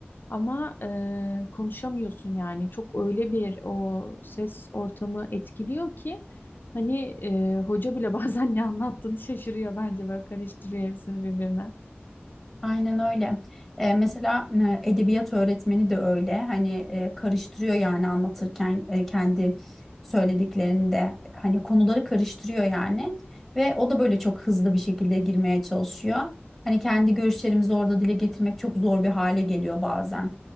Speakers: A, on the left; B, in the centre.
A: Ama eee, konuşamıyorsun yani çok öyle bir o ses ortamı etkiliyor ki hani eee, hoca bile <laughs> bazen ne anlattığını şaşırıyor bence böyle karıştırıyor hepsini birbirine.
B: Aynen öyle. Eee, mesela e, edebiyat öğretmeni de öyle. Hani e, karıştırıyor yani anlatırken e, kendi söylediklerinde hani konuları karıştırıyor yani ve o da böyle çok hızlı bir şekilde girmeye çalışıyor. Hani kendi görüşlerimizi orada dile getirmek çok zor bir hale geliyor bazen.